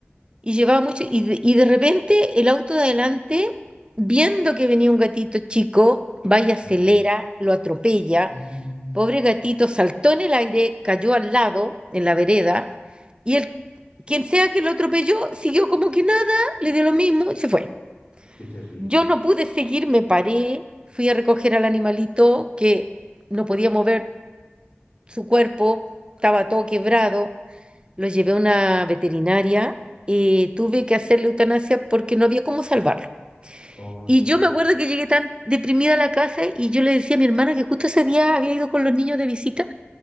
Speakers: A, on the right (about 25°); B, on the left (about 80°).
A: y llevaba mucho, y de, y de repente el auto de adelante, viendo que venía un gatito chico, va y acelera,
B: ah,
A: lo atropella,
B: mm,
A: pobre gatito saltó en el aire, cayó al lado, en la vereda, y el, quien sea que lo atropelló, siguió como que nada, le dio lo mismo y se fue.
B: qué terrible.
A: Yo no pude seguir, me paré, fui a recoger al animalito que no podía mover su cuerpo, estaba todo quebrado lo llevé a una veterinaria y tuve que hacerle eutanasia porque no había cómo salvarlo.
B: Oh,
A: Y
B: qué terrible.
A: yo me acuerdo que llegué tan deprimida a la casa y yo le decía a mi hermana que justo ese día había ido con los niños de visita